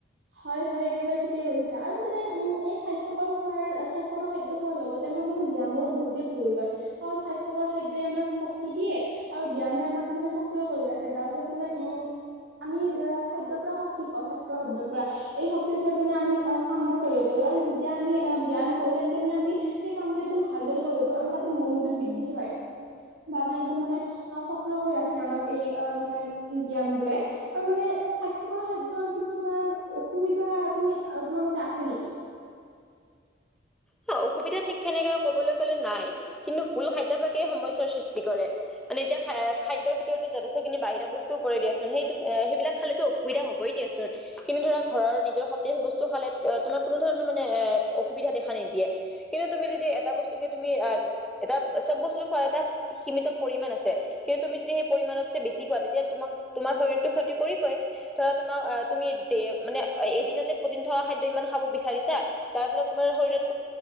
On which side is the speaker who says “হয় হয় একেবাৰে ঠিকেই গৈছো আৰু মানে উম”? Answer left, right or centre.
Right